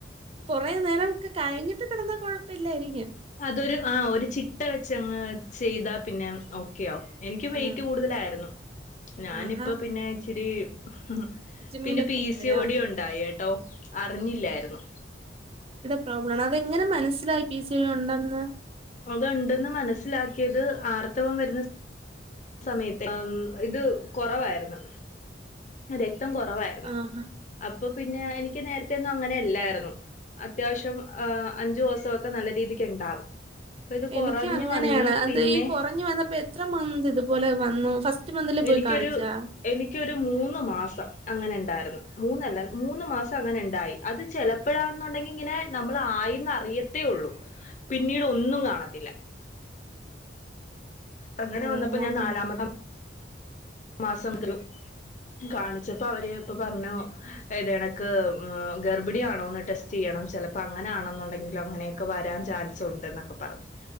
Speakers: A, on the right (about 30°); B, on the left (about 40°).
A: കുറെ നേര ഒ കഴിഞ്ഞിട്ട് കിടന്നാ കുഴപ്പമില്ലായിരിക്കും
B: അതൊരു ആ ഒരു ചിട്ട വെച്ച്ങ്ങ് ചെയ്താ പിന്നെ ഓക്കെയവും എനിക്കും വെയിറ്റ്
A: ആഹ്
B: കൂടുതലായിരുന്നു ഞാനിപ്പോ
A: ആഹാ
B: പിന്നെ ഇച്ചിരി ഉ
A: ജിമ്മിലൊക്കെ
B: പിന്നെ പി
A: പോയോ
B: സി ഓടി ഉണ്ടായി കേട്ടോ അറിഞ്ഞില്ലായിരുന്നു.
A: പ്രോബ്ലംണ് അതെങ്ങനെ മനസ്സിലാക്കി പി സി ഓടി ഉണ്ടന്ന്
B: അത് ഉണ്ടെന്ന് മനസ്സിലാക്കിയത് ആർത്തവം വരുന്ന സമയത്ത് ഇത് കുറവായിരുന്നു ര രക്തം കുറവായിരുന്നു
A: ആഹാ
B: അപ്പൊ പിന്നെ എനിക്ക് നേരത്തെ ഒന്നും അങ്ങനെയല്ലായിരുന്നു അത്യാവശ്യം ആ അഞ്ചു ഓസോക്കെ നല്ല രീതിക്ക് ഉണ്ടാവും. അപ്പൊ ഇത്
A: എനിക്ക്
B: കുറഞ്ഞു
A: അങ്ങനെയാണ്
B: വന്ന്
A: അത്
B: പിന്നെ
A: ഈ കുറഞ്ഞു വന്നപ്പോ എത്ര മന്ത് ഇപോലെ വന്നു ഫസ്റ്റ് മന്തില് പോയി
B: എനിക്കൊരു
A: കാണിച്ചാ
B: എനിക്കൊരു മൂന്ന് മാസം അങ്ങനെ ഉണ്ടായിരുന്നു മൂന്നല്ല മൂന്ന് മാസം അങ്ങനെ ഉണ്ടായി അത് ചെലപ്പാഴാന്നുണ്ടെങ്കി ഇങ്ങനെ നമ്മൾ ആയിന്നറിയത്തേ ഉള്ളൂ പിന്നീട് ഒന്നും കാണത്തില്ല അങ്ങനെ
A: ഓ
B: വന്നപ്പോ ഞാൻ
A: അങ്ങനെ
B: നാലാമത്തെ മാസം ഗ്രൂ കാണിച്ചപ്പോ അവര് ഇപ്പ പറഞ്ഞു ഏതനക്ക് ഗർഭിണിയണോന്ന് ടെസ്റ്റ് ചെയ്യ ണം ചിലപ്പോ അങ്ങനൊണെന്നുണ്ടെങ്കിലും അങ്ങനെയൊക്കെ വരാൻ ചാൻസ് ഉണ്ട് എന്നൊക്കെ പറഞ്ഞു